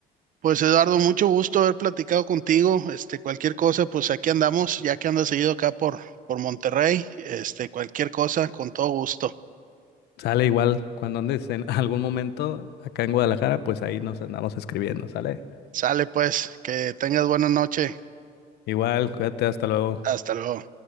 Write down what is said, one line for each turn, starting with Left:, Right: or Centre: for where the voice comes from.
Right: Pues Eduardo, mucho gusto haber platicado contigo. Este, cualquier cosa, pues aquí andamos, ya que andas seguido acá por, por Monterrey. Este, cualquier cosa, con todo gusto.
Left: Sale igual, cuando andes en <laughs> algún momento acá en Guadalajara, pues ahí nos andamos escribiendo, ¿sale?
Right: Sale pues, que tengas buena noche.
Left: Igual, cuídate, hasta luego.
Right: Hasta luego.